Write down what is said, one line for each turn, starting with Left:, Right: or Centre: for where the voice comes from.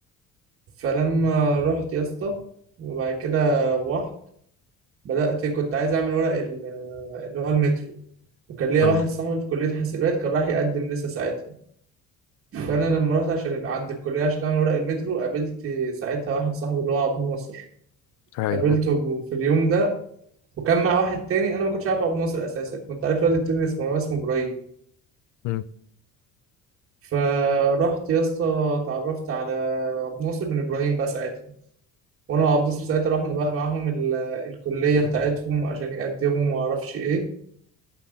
Right: فلما رحت يا اسطى وبعد كده روحت بدأت كنت عايز أعمل ورق ال- اللي هو المترو وكان ليا
Left: اه
Right: واحد صاحبي في كلية حاسبات كان راح يقدم لسه ساعتها فأنا لما رحت عشان عند الكلية عشان أعمل ورق المترو قابلت ساعتها واحد صاحبي اللي هو عبد الناصر
Left: أيوه
Right: قابلته في اليوم ده وكان مع واحد تاني أنا ما كنتش عارف عبد الناصر أساسا كنت عارف الواد التاني اسمه اسمه إبراهيم
Left: مم.
Right: فرحت يا اسطى اتعرفت على عبد الناصر بن ابراهيم بقى ساعتها وانا وعبد الناصر ساعتها رحنا بقى معاهم ال- الكليه بتاعتهم عشان يقدموا ما اعرفش ايه